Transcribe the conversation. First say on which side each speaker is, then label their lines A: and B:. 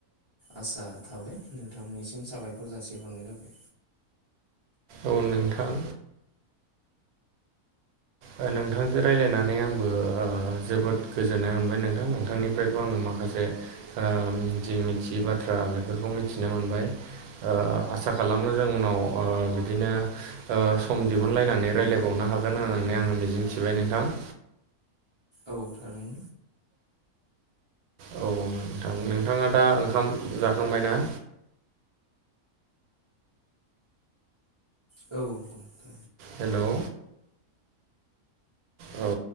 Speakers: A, on the right; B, on the right.
A: आसा थाबाय नोंथांनिसिम साबायखर जासिहरनाय जाबाय।
B: औ नोंथां। ओ नोंथांजों रायज्लायनानै आंबो ओ जोबोद गोजोननाय मोनबाय नोंथां नोंथांनिफ्रायबो आङो माखासे ओ जि मिथियै बाथ्रा बेफोरखौ मिथिनो मोनबाय। ओ आसा खालामो जों उनाव ओ बिदिनो ओ सम दिहुनलायनानै रायलायबावनो हागोन होननानै आङो मिजिं थिबाय नोंथां।
A: औ थारनो।
B: औ नोंथां, नोंथाङा दा ओंखाम जाखांबायना?
A: औ औ
B: हेलौ औ।